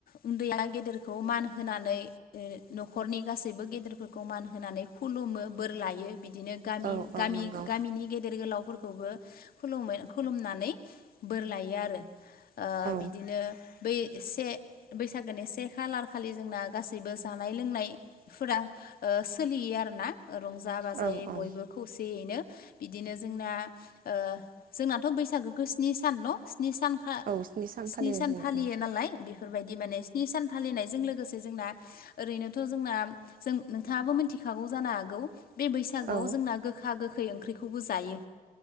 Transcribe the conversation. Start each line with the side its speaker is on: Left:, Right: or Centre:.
Left: उन्दैया गेदेरखौ मान होनानै न'खरनि गासैबो गेदेरफोरखौ मान होनानै खुलुमो बोर लायो बिदि बिदिनो गामि
Right: औ औ
Left: गामि
Right: नंगौ
Left: गामिनि गेदेर गोलावफोरखौ खुलुमै खुलुमनानै बोर लायो आरो ओ
Right: औ
Left: बिदिनो बै से बैसागोनि से खालार खालि जोंना गासैबो जानाय लोंनायफोरा ओ ओ सोलियो आरो ना रंजा बाजायै
Right: औ औ
Left: बयबो खौसेयैनो बिदिनो जोंना ओ जोंनाथ' बैसागोखौ स्नि सान न' स्नि सानखा
Right: औ
Left: स्नि
Right: फालिनाय
Left: सान
Right: जायो
Left: फालियो
Right: औ
Left: नालाय बेफोरबायदि माने स्नि सान फालिनायजों लोगोसे जोंना ओरैनोथ' जोंना जों नोंथाङाबो मिथिखागौ जानो हागौ बे बैसागोआव
Right: औ
Left: जोंना गोखा गोखै ओंख्रिखौबो जायो